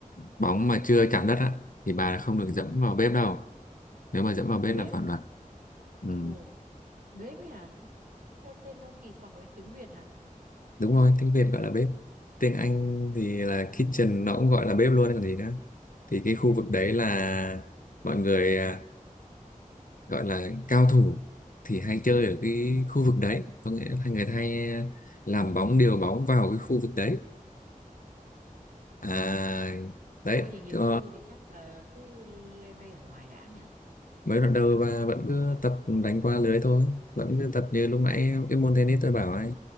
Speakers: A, on the left; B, on the right.
A: bóng mà chưa chạm đất á thì bà không được dẫm vào bếp đâu nếu mà dẫm vào bếp
B: Bếp.
A: là phản luật ừ.
B: Ồ, bếp ấy hả? Sao tên nó kỳ quặc vậy tiếng Việt hả?
A: đúng rồi tiếng Việt gọi là bếp tiếng Anh
B: Ờ.
A: thì là kitchen nó cũng gọi là bếp luôn còn gì nữa thì
B: Ừ,
A: cái khu vực
B: ừ,
A: đấy
B: ừ.
A: là mọi người à, gọi là cao thủ thì hay chơi ở cái khu vực đấy có nghĩa là người ta hay à, làm bóng điều bóng vào cái khu vực đấy à đấy
B: Tôi thì nghiệp
A: cho
B: dư thì chắc là cứ le ve ở ngoài đã nhỉ?
A: mới đoạn đầu và vẫn cứ tập đánh qua lưới thôi vẫn cứ tập như lúc nãy cái môn tennis tôi bảo ấy